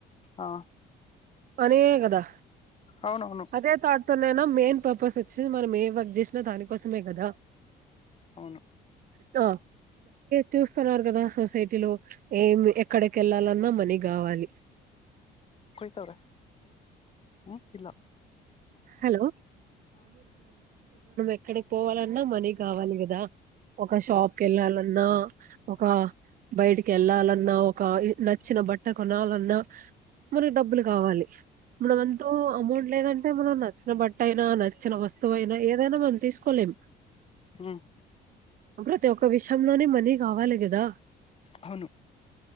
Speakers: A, on the left; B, on the right.
A: ఆ
B: అనే కదా
A: అవునవును
B: అదే థాట్ తోనైనా మెయిన్ పర్పస్ వచ్చింది మనం ఏ వర్క్ జస్ట్ దానికోసమే కదా
A: అవును
B: చూ చూస్తున్నారు గదా సొసైటీలో ఏం ఎక్కడికి వెళ్ళాలన్నా మనీ కావాలి
A: కొడతారా ఇలా
B: హలో ఇక్కడికి పోవాలన్నా మనీ కావాలి కదా ఒక షాప్ కి వెళ్ళాలన్నా ఒక బయటికి ఏళ్ళాలన్నా ఒక నచ్చిన బట్ట కొనాలన్నా మనకి డబ్బులు కావాలి మనం ఎంతో అమౌంట్ లేదంటే మనం నచ్చిన బట్ట అయినా నచ్చిన వస్తువైనా ఏదైనా మనం తీసుకోలేం
A: హ్మ్
B: ప్రతి ఒక్క విషయంలోనే మనీ కావాలి కదా
A: అవును